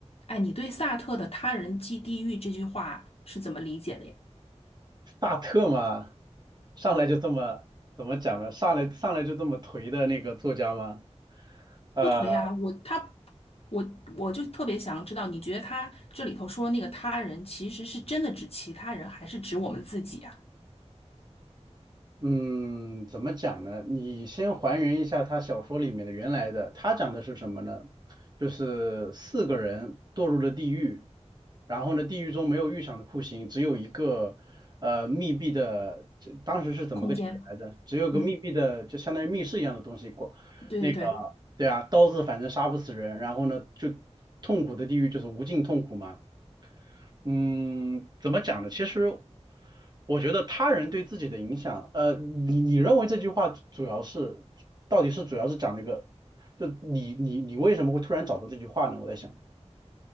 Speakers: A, on the left (about 55°); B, on the right (about 35°).
A: 哎，你对萨特的“他人即地狱”这句话是怎么理解的呀？
B: 大特吗？上来就这么怎么讲呢？上来上来就这么颓的那个作家吗？呃
A: 不颓啊，我他我我就特别想知道，你觉得他这里头说那个他人，其实是真的指其他人，还是指我们自己啊？
B: 嗯，怎么讲呢？你先还原一下他小说里面的原来的，他讲的是什么呢？就是四个人堕入了地狱，然后呢，地狱中没有预想的酷刑，只有一个呃密闭的，这当时是怎么个情节来着？
A: 空间，
B: 只有个密闭的，
A: 嗯，
B: 就相当于密室一样的东西，过那个对啊，
A: 对对对，
B: 刀子反正杀不死人，然后呢，就痛苦的地狱就是无尽痛苦嘛。嗯，怎么讲呢？其实我觉得他人对自己的影响，呃，你你认为这句话主要是，到底是主要是讲那个，就你你你为什么会突然找到这句话呢？我在想，